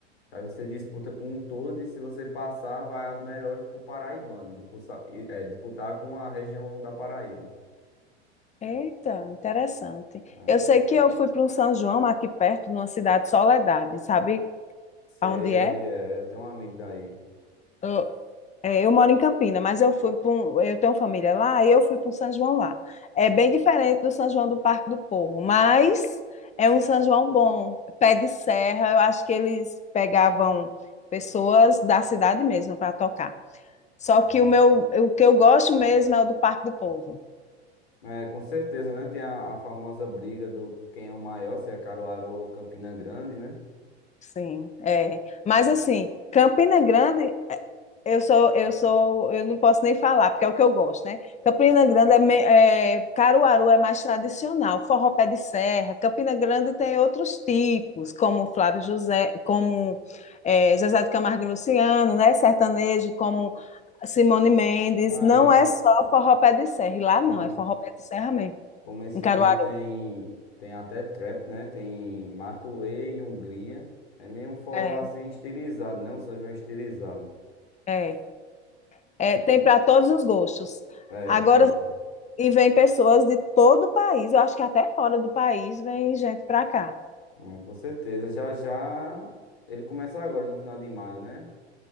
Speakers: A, on the left (about 60°); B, on the left (about 20°).
A: Aí você disputa com um todo e se você passar, vai as melhores pro Paraibano, disputar, é, disputar com a região da Paraíba.
B: Eita, interessante.
A: É,
B: Eu sei que eu fui para um São João aqui perto, numa cidade Soledade, sabe
A: sei
B: aonde é?
A: onde é, eu tenho um amigo daí.
B: Eu, é, eu moro em Campina, mas eu fui para um, eu tenho família lá e eu fui para um São João lá. É bem diferente do São João do Parque do Povo, mas é um São João bom, pé de serra. Eu acho que eles pegavam pessoas da cidade mesmo para tocar. Só que o meu, o que eu gosto mesmo é o do Parque do Povo.
A: É, com certeza, né? Tem a, a famosa briga do quem é o maior, se é Caruaru ou Campina Grande, né?
B: Sim, é. Mas assim, Campina Grande, é, eu sou, eu sou, eu não posso nem falar, porque é o que eu gosto, né? Campina Grande é, me- é Caruaru é mais tradicional, forró pé de serra. Campina Grande tem outros tipos, como Flávio José, como é, Zezé de Camargo e Luciano, né? Sertanejo, como Simone Mendes.
A: É,
B: Não
A: co-
B: é só forró pé de serra, e lá
A: como,
B: não, é forró pé de serra mesmo,
A: como esse
B: em Caruaru.
A: ano tem, tem até trap, né? Tem Matuê e Hungria. É meio um forró
B: É,
A: assim estilizado, né? Um São João estilizado.
B: é. É, tem para todos os gostos.
A: É,
B: Agora
A: é, pronto.
B: E vem pessoas de todo o país, eu acho que até fora do país vem gente para cá.
A: Hum, com certeza. Já já ele começa agora, no final de maio, né?